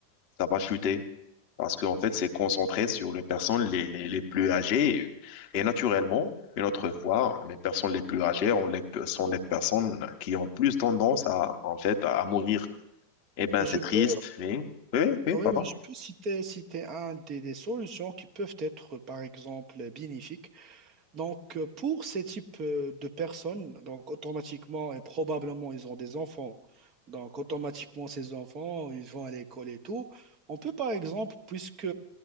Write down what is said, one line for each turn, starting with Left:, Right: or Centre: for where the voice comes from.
Left: ça va chuter. Parce qu'en fait, c'est concentré sur les personnes les, les, les plus âgées. Et, naturellement, une autre fois, les personnes les plus âgées on les- sont les personnes qui ont plus tendance à, en fait, à mourir. Eh ben,
Right: Et
Left: c'est
Right: je
Left: triste.
Right: peux,
Left: Oui, oui, oui,
Right: oui,
Left: pardon.
Right: oui, je peux citer, citer un des, des solutions qui peuvent être, par exemple, bénéfiques. Donc, euh, pour ces types euh, de personnes, donc automatiquement et probablement, ils ont des enfants. Donc, automatiquement, ces enfants, ils vont à l'école et tout. On peut, par exemple, puisque